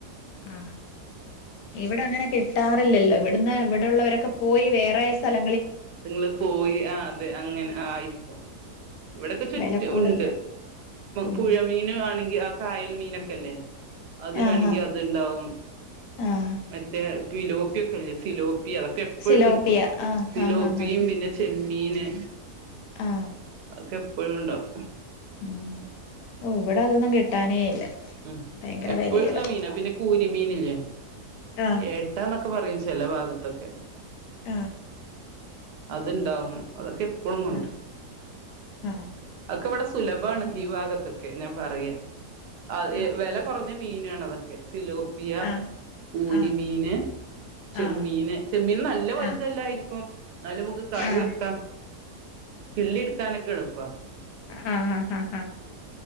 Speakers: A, on the left (about 85°); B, on the right (about 85°).
A: ആ ഇവിടെ അങ്ങനെ കിട്ടാ റില്ലല്ലോ ഇവിടുന്ന് ഇവിടുള്ളവരൊക്കെ പോയി വേ വേറെ സ്ഥല
B: ങ്ങള് പോയി ആ അതെ അങ്ങനെ ആയിരിക്കും ഇവിടെൊക്കെ ചുറ്റും
A: വെല കൂടുതല്
B: ഉണ്ട്
A: ഉം
B: പുഴമീന ആണെങ്കിൽ അ കായൽ മീനൊക്കെല്ലേ അത് വേണെങ്കി
A: ആഹാ
B: അത്ണ്ടാവും
A: ആഹ്
B: മറ്റേ ഫിലോപിക്കല്ലേ ഫിലോ പ്പി അതൊക്കെ എപ്പഴും
A: സിലോപ്പിയ
B: കിട്ടും
A: ആഹ്
B: ഫിലോപ്പി
A: ആഹ് ആഹ്
B: പിനെ ചെമ്മീ മീന്ന്
A: ആ
B: ഒക്കെ എപ്പോഴും ഉണ്ടാവും
A: ഉം ഓ ഇവിടെ അതൊന്നും കിട്ടാനേ ഇല്ല
B: ഉം
A: ഭയങ്കര
B: എപ്പോഴുള്ള
A: വെലയുവാ
B: മീനാ
A: സാധനത്തിന്
B: പിന്നെ കൂരിമീനില്ലേ
A: ആഹ്
B: എട്ട ന ക്കെ പറയും ചില ഭാഗത്തൊക്കെ
A: ആ
B: അത്ണ്ടാവും അതൊക്കെ എ പ്പോഴും കൊണ്ട്
A: ആഹ്
B: വരും
A: ആഹ്
B: അതൊക്കെ ഇവിടെ സ് സുലഭാണ് ഈ ഭാഗത്തൊക്കെന്നെ പറയാ അ
A: ആഹ്
B: വില കുറഞ്ഞ മീൻയാന്നെ അത സിലോപ്പിയ
A: ആഹ്
B: കുരിമീന്
A: ആഹ്
B: ചെമ്മീന്
A: ആഹ്
B: ചെമ്മീൻ നല്ല വലുതല്ലായിരി
A: ആഹ്
B: ക്കും എന്നാലും നമുക്ക് കറി
A: ആഹ്
B: വെക്കാം കിള്ളി എടുക്കാനൊക്കെ ഇളു പ്പ
A: ആഹ് ആഹ് ആ ആ